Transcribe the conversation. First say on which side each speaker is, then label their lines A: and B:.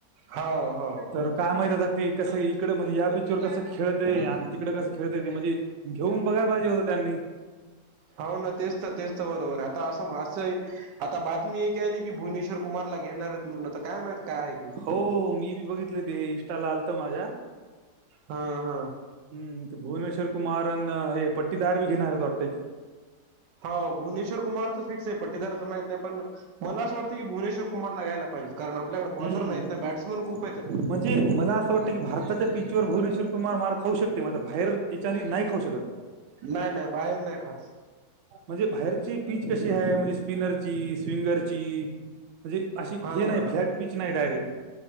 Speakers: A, on the right; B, on the right.
A: हा हो हो
B: तरं कायं? माहित आंता. गते ते कसं इकडं म्हणजे यां पिचं वरं कसं खेळतं आहे आणि तिकडं कं खेळतंय ते म्हणजे खेळूंऊन बघांय पायजे होतं त्यांनी
A: हो ना तेच तर तेच तर बरोबर आहे. आता असं असंय आता बातमी एक आहेली की भुवनेश्वर कुमारला घेणार आहेत म्हणं तर काय माईत काय आह ते.
B: हो मी बी बघितले ते इंस्टा ला आलतं माझ्या
A: हां हां.
B: हम्म, ते भुवनेश्वर कुमार अन हे पट्टीदार बी घेणार आहेत वाडतं.
A: हा हो भुवनेश्वर कुमार तर फिक्स आहे. पटीदारचं माहित नाही, पण म अस वाटतं की भुनेश्वर कुमारला घ्यायला पाहिजे. कारण आपल्याकडे
B: हम्म
A: बॉलर नाहीत ना, बॅट्समन खूप आहेत.
B: म्हणजे मला असं वाटतं की भारताच्या पिच वर भुवनेश्वर कुमार मार खाऊ शकते, मात्र बाहेर याच्यांनी नाही खाऊ शकत.
A: नाय नाय बाहेर नाय खात.
B: म्हणजे बाहेरची पीच कशी हाय, म्हणजे स्पिनरची स्विंगरची म्हणजे अशी,
A: हा
B: हे नाही फ्लॅट पीच नाही डायरेक्ट.